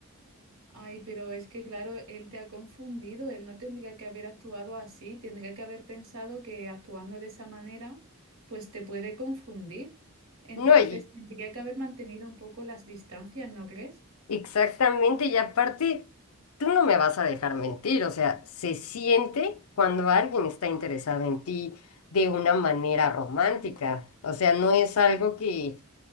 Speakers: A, on the right; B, on the left.
A: Ay, pero es que claro, él te ha confundido, él no tendría que haber actuado así, tendría que haber pensado que actuando de esa manera, pues te puede confundir. Entonces
B: No, y
A: tendría que haber mantenido un poco las distancias, ¿no crees?
B: Exactamente, y aparte, tú no me vas a dejar mentir, o sea, se siente cuando alguien está interesado en ti de una manera romántica, o sea, no es algo que,